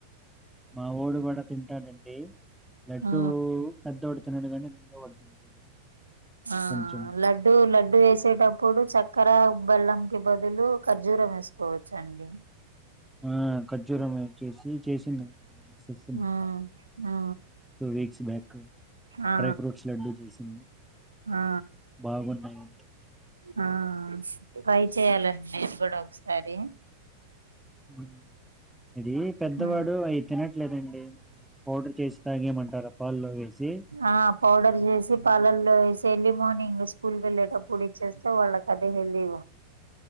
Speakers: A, in the centre; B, on the right.
A: మా వోడు గూడ తింటాడండి లడ్డూ
B: ఆ
A: పెద్దవోడు తినడు కని చిన్న వాడు తింటాడు
B: ఆ
A: కొంచెం.
B: లడ్ డు లడ్డు వేసేటప్పుడు చక్కర బెల్లం కి బదులు ఖర్జూరం ఏసుకోవచ్చు చండి
A: ఆ ఖర్జూరమే చేసి చేసిందండి మా మిస్ చేసింది
B: ఆ
A: బానే
B: ఆ
A: టూ వీక్స్ బ్యాక్
B: ఆ
A: డ్రై ఫ్రూట్స్ లడ్డూ చేసింది
B: ఆ
A: బాగున్నాయి ఇంతకి
B: ఆ ట్రై చేయాలండి నేను గూడా ఒకసారి
A: ఉమ్ ఇదీ పెద్దవాడు
B: ఆ
A: అవి తినట్లేదండి మరి పౌడర్ చేసి తగైమంటార పాల్లో వేసి
B: ఆ పౌడర్ చేసి పాలల్లో వేసి ఎర్లీ మార్నింగ్ స్కూల్ వెళ్ళేటప్పుడు ఇ <unintelligible> వాళ్ళకి అదే హెల్తీ